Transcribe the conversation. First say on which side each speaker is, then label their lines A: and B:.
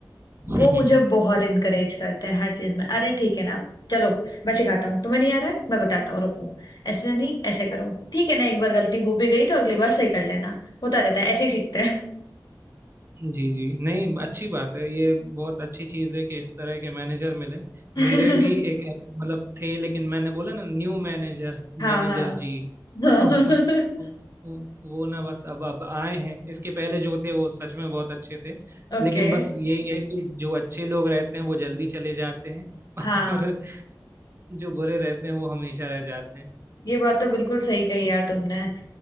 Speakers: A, on the right; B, on the left.
A: <laughs>
B: वो मुझे बहुत इनकरेज करते हैं हर चीज में अरे ठीक है ना चलो मैं सिखाता हूँ तुम्हें नहीं आ रहा है मैं बताता हूँ रुको ऐसे नहीं ऐसे करो ठीक है ना एक बार गलती हो भी गई तो अगली बार सही कर लेना होता रहता है ऐसे ही सीखते
A: जी जी नहीं अच्छी बात है ये बहुत अच्छी चीज है कि इस तरह के मैनेजर मिले
B: हैं
A: मेरे भी
B: <laughs>
A: एक मतलब थे लेकिन मैंने बोला ना न्यू मैनेजर
B: हाँ
A: मैनेजर
B: हाँ
A: जी <laughs>
B: हाँ
A: तो
B: <laughs>
A: वो ना बस अब अब आए हैं इसके पहले जो थे वो सच में बहुत अच्छे थे
B: ओके
A: लेकिन बस यही है कि जो अच्छे लोग रहते हैं वो जल्दी चले जाते हैं <laughs>
B: हाँ
A: और जो बुरे रहते हैं वो हमेशा रह जाते हैं
B: ये बात तो बिल्कुल सही कही यार तुमने